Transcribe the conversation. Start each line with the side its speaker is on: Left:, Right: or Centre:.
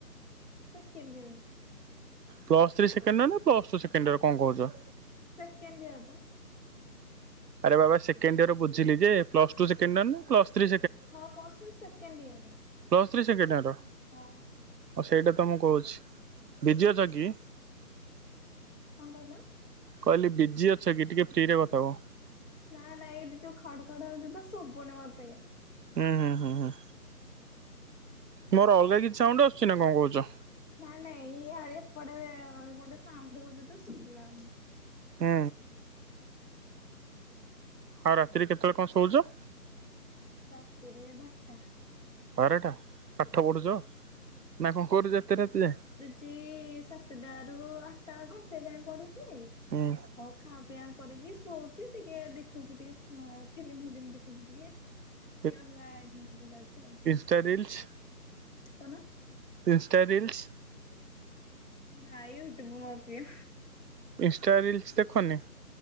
Left: Second year.
Right: Plus three second year ନା ପ୍ଲସ୍ ଟୁ ସେକେଣ୍ଡୟିଅର କଣ କହୁଛ?
Left: ସେକେଣ୍ଡୟିଅର ତ।
Right: ଆରେ ବାବା ସେକଣ୍ଡୟିଅର ବୁଝିଲି ଯେ ପ୍ଲସ୍ ଟୁ ସେକେଣ୍ଡ ୟିଅର ନା ପ୍ଲସ୍ ଥ୍ରୀ
Left: ହଁ ପ୍ଲସ୍‌ଥ୍ରୀ ସେକେଣ୍ଡୟିଅର।
Right: Plus three second year.
Left: ହଁ।
Right: ଆଉ ସେଇଟା ତ ମୁଁ କହୁଛି ବିଜି ଅଛ କି?
Left: କଣ କହିଲ?
Right: କହିଲି ବିଜି ଅଛ କି ଟିକେ ଫ୍ରି ରେ କଥା ହୁଅ।
Left: ନା ନାଇଁ ଏଇଠି ଯୋଉ ଖାଡୁ ଖାଡୁ ହଉଛି ତ ଶୁବୁନି ମତେ।
Right: ହୁଁ ହୁଁ ହୁଁ ହୁଁ। ମୋର ଅଲଗା କିଛି ସାଉଣ୍ଡ୍ ଆସୁଛି ନା କଣ କହୁଛ?
Left: ନାଇଁ ନାଇଁ ଇଆଡେ ଏପଟେ ଗୋଟେ ଶାଉଣ୍ଡ୍ ହଉଚି ତ ଶୁଭିଲାନି।
Right: ହୁଁ। ଆଉ ରାତିରେ କେତଳେ କଣ ଶୋଉଚ?
Left: ରାତିିରେ ବାରଟା।
Right: ବାରଟା ପାଠ ପଢୁଛ ନା କଣ କରୁଛ ଏତେ ରାତି ଯାଏଁ?
Left: ଚି ସାତଟାରୁ ଆଟା ଘଣ୍ଟେ ଯାଏଁ ପଢୁଚି
Right: ହୁଁ।
Left: ହଉ ଖାଆ ପିଆ କରିକି ଶୋଉଛି ଟିକେ ଦେଖୁଛି ଟିକେ ଫିଲ୍ମ ଫିଲ୍ମ ଦେଖୁଛି ଟିକେ।
Right: <unintelligible>
Left: ଟିକିଏ ଅନଲାଇନରେ ଯାଉଛି ଆଉ।
Right: ଇଣ୍ଟା ରିଲ୍ସ୍?
Left: କଣ?
Right: Insta reels.
Left: ନାଇଁ ୟୁଟ୍ୟୁବ ମୋ ପ୍ରିୟ।
Right: Insta reels ଦେଖନି?